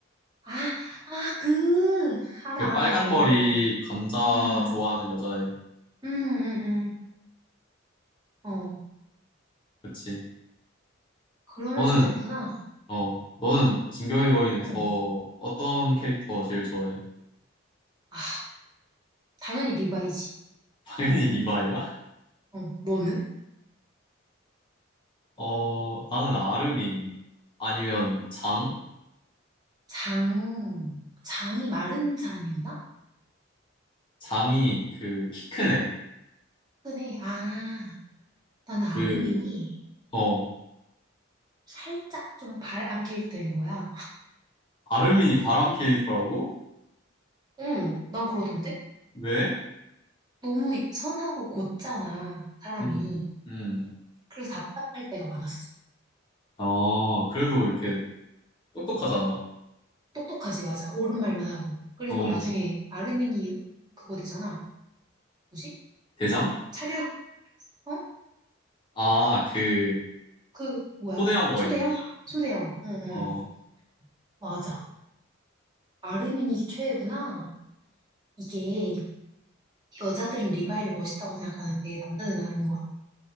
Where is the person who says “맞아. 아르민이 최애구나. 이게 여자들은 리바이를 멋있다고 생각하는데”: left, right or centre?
Right